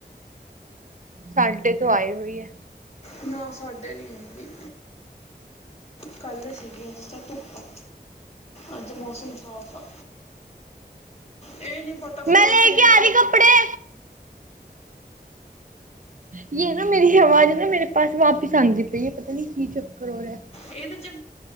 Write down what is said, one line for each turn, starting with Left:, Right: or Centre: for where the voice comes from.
Right: ਸਾਡੇ ਤੋਂ ਆਏ ਹੋਈ ਆ,
Left: ਨਾ ਸਾਡੇ ਨਹੀਂ ਹੈਗੀ। ਕੱਲ੍ਹ ਸੀ ਗੀ ਅੱਜ ਤੇ ਧੁੱਪ ਆ। ਅੱਜ ਮੌਸਮ ਸਾਫ਼ ਆ, ਇਹ ਨੀ ਪਤਾ ਸਾਉਣ
Right: ਮੈਂ ਲੈ
Left: ਚ
Right: ਕੇ
Left: ਮੀਂਹ ਪਾਊਗਾ,
Right: ਆ ਰਹੀ ਕੱਪੜੇ ਇਹ ਨਾ ਮੇਰੀ ਆਵਾਜ਼ ਨਾ ਮੇਰੇ ਪਾਸ ਵਾਪਿਸ ਆਉਂਦੀ ਪਈ ਹੈ ਪਤਾ ਨੀ ਕੀ ਚੱਕਰ ਹੋ ਰਿਹਾ।
Left: ਇਹਦੇ ਚ